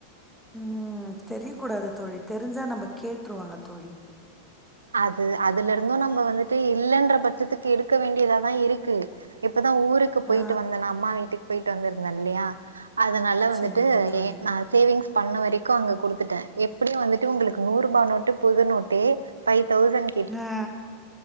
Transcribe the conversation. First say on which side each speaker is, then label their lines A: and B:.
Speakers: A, in the centre; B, on the right (about 75°).
A: ம் தெரியக்கூடாது தோழி தெரிஞ்சா நம்ம கேட்ருவாங்க தோழி
B: அது அதுல இருந்து நம்ம வந்துட்டு இல்லன்ற பட்சத்துக்கு எடுக்க வேண்டியதாதா இருக்கு க்கு இப்பதா ஊருக்கு போயிட்டு
A: ஆ
B: வந்தேனா அம்மா வீட்டுக்கு போயிட்டு வந்திருந்தே இல்லையா அதனால வந்துட்டு
A: சரிங்க தோழி
B: லே நா சேவிங்ஸ் பண்ண வரைக்கு அங்க குடுத்துட்டேன் எப்படியு வந்துட்டு உங்களுக்கு நூறு ரூபா நோட்டு புது நோட்டு ஃபை தௌசண்ட்
A: ஆ